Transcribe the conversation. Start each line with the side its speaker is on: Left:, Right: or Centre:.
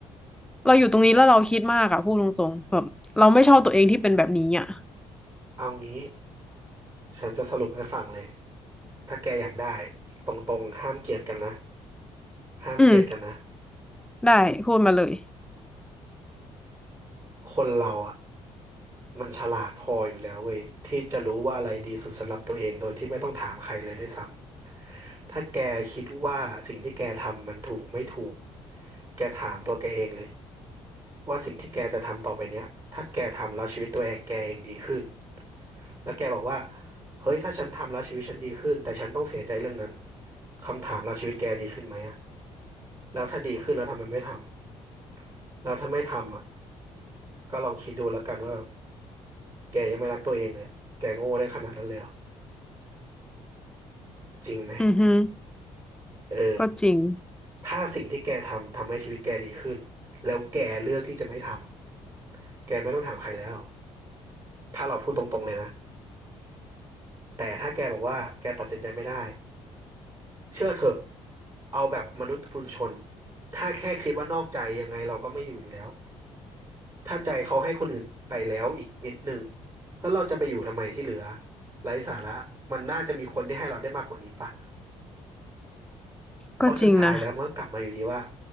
Centre: เราอยู่ตรงนี้แล้วเราคิดมากอะพูดตรงๆแบบเราไม่ชอบตัวเองที่เป็นแบบนี้อะ
Right: เอางี้ฉันจะสรุปให้ฟังเลย ถ้าแกอยากได้ตรงๆห้ามเกลียดกันนะห้ามเกลียดกันนะ
Centre: อืมได้พูดมาเลย
Right: คนเราอ่ะมันฉลาดพออยู่แล้วเว้ยที่จะรู้ว่าอะไรดีสุดสำหรับตัวเองโดยที่ไม่ต้องถามใครเลยด้วยซ้ำถ้าแกคิดว่าสิ่งที่แกทำมันถูกไม่ถูกแกถามตัวแกเองเลยว่าสิ่งที่แกจะทำต่อไปเนี้ยถ้าแกทำแล้วชีวิตตัวเองแกเองดีขึ้นแล้วแกบอกว่าเฮ้ยถ้าฉันทำแล้วชีวิตฉันดีขึ้นแต่ฉันต้องเสียใจเรื่องนั้นคำถามแล้วชีวิตแกดีขึ้นไหมอะ แล้วถ้าดีขึ้นแล้วทำไมไม่ทำแล้วถ้าไม่ทำอ่ะก็ลองคิดดูแล้วกันว่าแกยังไม่รักตัวเองเลยแกโง่ได้ขนาดนั้นเลยเหรอจริงไหม
Centre: อือฮึ
Right: เออ
Centre: ก็จริง
Right: ถ้าสิ่งที่แกทำทำให้ชีวิตแกดีขึ้นแล้วแกเลือกที่จะไม่ทำแกไม่ต้องถามใครแล้วถ้าเราพูดตรงๆเลยนะแต่ถ้าแกบอกว่าแกตัดสินใจไม่ได้เชื่อเถอะเอาแบบมนุษย์ปุถุชนถ้าแค่คิดว่านอกใจยังไงเราก็ไม่อยู่อยู่แล้ว ถ้าใจเขาให้คนอื่นไปแล้วอีกนิดหนึ่งแล้วเราจะไปอยู่ทำไมที่เหลือไร้สาระมันน่าจะมีคนที่ให้เราได้มากกว่านี้ป่ะเพราะสุดท้ายแล้วมันก็กลับมาอยู่ดีว่า
Centre: ก็จริงนะ